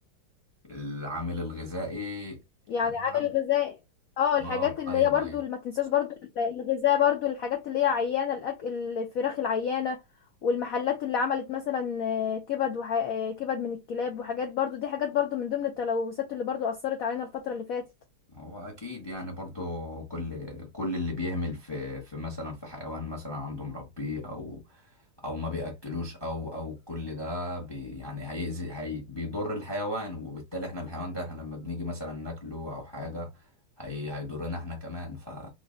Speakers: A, on the left; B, on the left.
A: العامل الغذائي
B: يعني
A: لا
B: عامل
A: العامل
B: غذائي اه الحاجات
A: اه
B: اللي
A: ايوه
B: هي برضو
A: ايوه
B: اللي ما تنساش برضو الغذاء برضو الحاجات اللي هي عيانة الأك... الفراخ العيانة والمحلات اللي عملت مثلا آه، كبد وح... آه، كبد من الكلاب وحاجات برضو دي حاجات برضو من ضمن التلوثات اللي برضو أثرت علينا الفترة اللي فاتت
A: هو اكيد يعني برضو كل كل اللي بيهمل في في مثلا في حيوان مثلا عنده مربيه او او ما بياكلوش او او كل ده بي يعني هيأذي هي بيضر الحيوان وبالتالي احنا الحيوان ده احنا لما بنيجي مثلا ناكله او حاجه هي هيضرنا احنا كمان ف